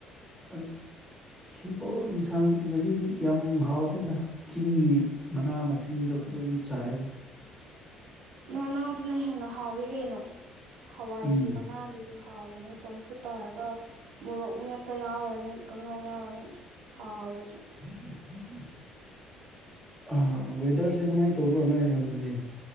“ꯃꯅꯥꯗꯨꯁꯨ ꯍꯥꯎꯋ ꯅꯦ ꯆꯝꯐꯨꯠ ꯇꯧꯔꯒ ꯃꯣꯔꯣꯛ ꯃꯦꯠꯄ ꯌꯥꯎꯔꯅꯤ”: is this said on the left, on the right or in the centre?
Right